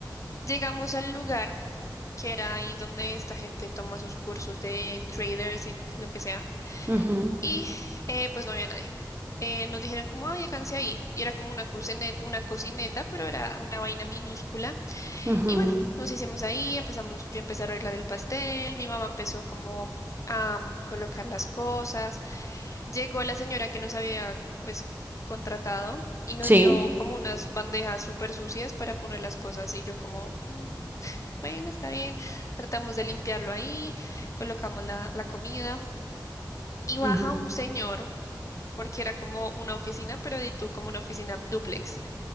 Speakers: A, on the left (about 45°); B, on the right (about 25°).
A: Llegamos al lugar que era ahí donde esta gente toma sus cursos de traders y lo que sea.
B: Ujú,
A: Y eh, pues no había nadie. Eh, nos dijeron como, ay, háganse ahí. Y era como una cocine- una cocineta, pero era una vaina minúscula.
B: ujú,
A: Y bueno, nos hicimos ahí, empezamos, yo empecé a arreglar el pastel, mi mamá empezó como a mm, colocar las cosas. Llegó la señora que nos había pues contratado y nos
B: Sí.
A: dio como unas bandejas súper sucias para poner las cosas y yo como, "Mm, bueno, está bien, tratamos de limpiarlo ahí, colocamos la, la comida y baja
B: ujú.
A: un señor porque era como una oficina, pero de tú como una oficina dúplex